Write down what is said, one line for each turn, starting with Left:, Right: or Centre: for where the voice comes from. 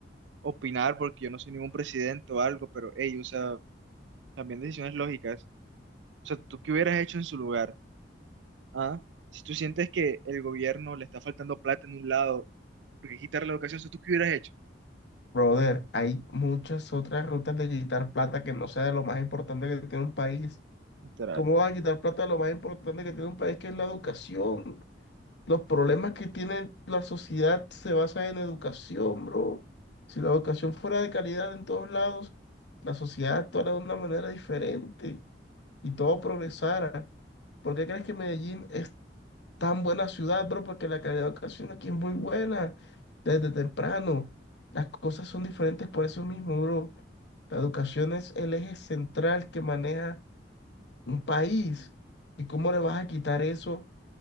Right: opinar porque yo no soy ningún presidente o algo, pero ey, o sea, también decisiones lógicas. O sea, ¿tú qué hubieras hecho en su lugar? ¿Ah? Si tú sientes que el gobierno le está faltando plata en un lado, porque quitarle la educación, o sea, ¿tú qué hubieras hecho?
Left: Brother, hay muchas otras rutas de quitar plata que no sea de lo más importante que tiene un país.
Right: Literalmente.
Left: ¿Cómo vas a quitar plata de lo más importante que tiene un país, que es la educación? Los problemas que tiene la sociedad se basan en educación, bro. Si la educación fuera de calidad en todos lados, la sociedad actuara de una manera diferente y todo progresara. ¿Por qué crees que Medellín es tan buena ciudad, bro? Porque la calidad de educación aquí es muy buena desde temprano. Las cosas son diferentes por eso mismo, bro. La educación es el eje central que maneja un país. ¿Y cómo le vas a quitar eso?